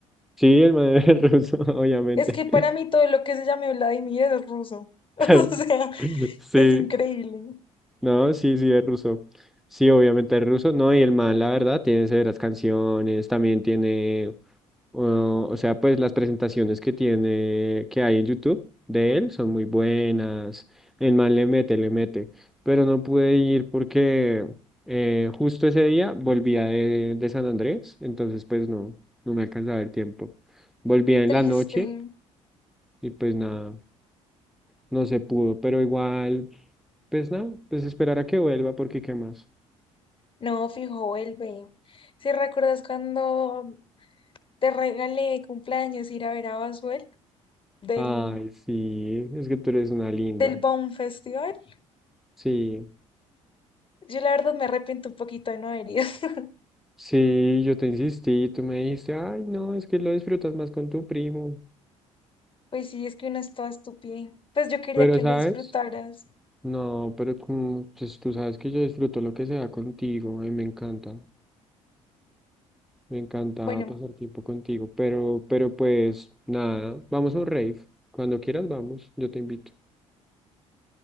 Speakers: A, in the centre; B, on the left (about 30°).
A: sí, el man es <laughs> ruso, obviamente.
B: Es que para mí todo lo que se llame Vladimir es ruso. <laughs>
A: <laughs>
B: O sea,
A: Sí,
B: es increíble.
A: no, sí, sí, es ruso. Sí, obviamente es ruso, no, y el man, la verdad, tiene severas canciones, también tiene o o sea, pues las presentaciones que tiene, que hay en YouTube de él son muy buenas. El man le mete, le mete. Pero no pude ir porque eh, justo ese día volvía de, de San Andrés, entonces pues no, no me alcanzaba el tiempo. Volvía
B: Qué
A: en
B: triste.
A: la noche y pues nada, no se pudo, pero igual, pues nada, pues esperar a que vuelva porque qué más.
B: No, fijo, vuelve. Si recuerdas cuando te regalé de cumpleaños ir a ver a Basuel del,
A: Ay, sí, es que tú eres una linda.
B: del Baum Festival?
A: Sí.
B: Yo la verdad me arrepiento un poquito de no haber ido. <laughs>
A: Sí, yo te insistí, tú me dijiste, ay, no, es que lo disfrutas más con tu primo.
B: Pues sí, es que uno es toda estúpida. Pues yo quería
A: Pero,
B: que
A: ¿sabes?
B: lo disfrutaras.
A: No, pero como, pues tú sabes que yo disfruto lo que sea contigo, y me encanta, me encanta
B: Bueno,
A: pasar tiempo contigo. Pero, pero pues, nada, vamos a un rave. Cuando quieras, vamos, yo te invito.